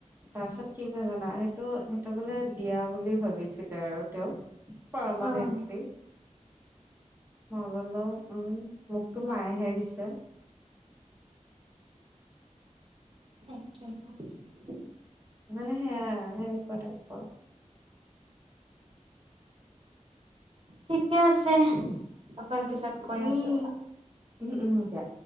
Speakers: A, on the right; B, on the right.
A: তাৰ পিছত কি কৈ জানা সেইটো, সেইটো বোলে দিয়া বুলি ভাবিছিলে আৰু তেওঁক। পৰমাননেল্টি
B: উম,
A: মই ব'লো উম, মোকতো মায়েহে দিছে।
B: <unintelligible>
A: মানে সেয়া সেনেকুৱা টাইপৰ।
B: ঠিকে আছে, অকণ পিছত
A: উম
B: কৰি আছো ৰবা।
A: উম উম দিয়া।